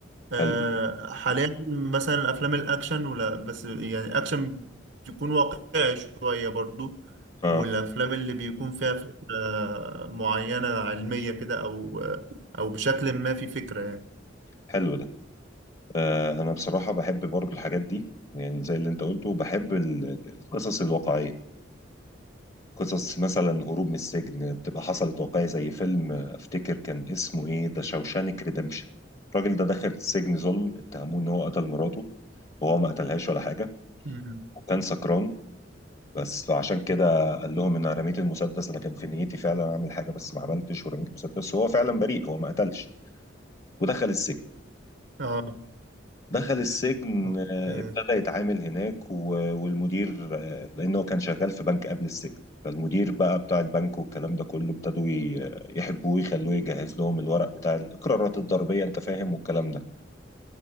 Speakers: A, on the right; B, on the left.
A: آه،
B: حلو ده.
A: حاليا مثلا افلام الاكشن ولا بس يعني اكشن تكون واقعي شويه برضو
B: آه
A: والافلام اللي بيكون فيها فكره معينه علميه كده او او بشكل ما في فكره يعني
B: حلو ده آه أنا بصراحة بحب برضو الحاجات دي يعني زي اللي أنت قلته بحب ال- ال- القصص الواقعية قصص مثلا هروب من السجن بتبقى حصلت واقعي زي فيلم آه، أفتكر كان اسمه إيه ده شوشانك ريدمشن الراجل ده دخل السجن ظلم اتهموه إن هو قتل مراته وهو ما قتلهاش ولا حاجة
A: مم.
B: وكان سكران بس فعشان كده قال لهم ان انا رميت المسدس انا كان في نيتي فعلا اعمل حاجه بس ما عملتش ورميت المسدس وهو فعلا بريء هو ما قتلش ودخل السجن
A: اه
B: دخل السجن
A: اوكي
B: آه، ابتدى يتعامل هناك و- والمدير آه، لانه كان شغال في بنك قبل السجن فالمدير بقى بتاع البنك والكلام ده كله ابتدوا ي- يحبوه يخلوه يجهز لهم الورق بتاع الاقرارات الضريبيه انت فاهم والكلام ده